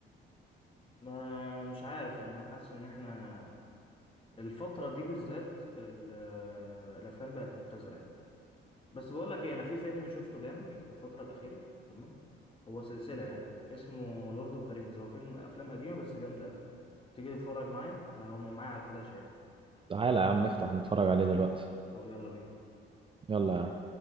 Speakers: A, on the left (about 25°); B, on the right (about 25°).
A: ما مش عارف يعني انا حاسس ان احنا الفتره دي بالذات ال- آه، الافلام بقت مبتذله يعني بس بقول لك ايه انا في فيلم شفته جامد في الفتره الاخيره تمام هو سلسله يعني اسمه لورد اوف ذا رينجز هو فيلم افلام قديمه بس جامده قوي تيجي تتفرج معايا انا هم معايا على الفلاشه يعني
B: تعالى يا عم افتح نتفرج عليه دلوقتي
A: طب يلا بينا
B: يلا يا عم